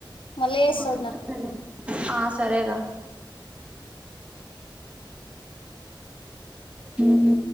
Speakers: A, on the left; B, on the right.
A: మళ్ళ
B: అ
A: చేస్తా
B: బాగుంటది
A: వద్నా
B: ఆ సరేరా ఉహ్